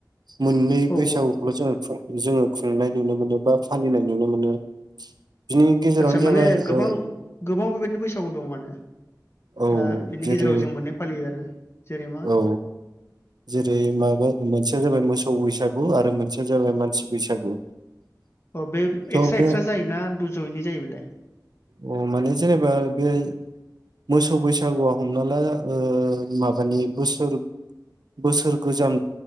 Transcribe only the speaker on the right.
मोननै
बैसागुखौल'
जों जोङो खुंनाय नुनो मोनो बा फालिनाय नुनो मोनो। बिनि गेजेरावनो
जाबाय
ओ
औ
जेरै
औ जेरै माबा मोनसेया जाबाय मोसौ बैसागु आरो मोनसेया जाबाय मानसि बैसागु।
थ'
बे
अ माने जेनेबा बे मोसौ बैसागुआ हमना ला ओ माबानि बोसोर बोसोर गोजाम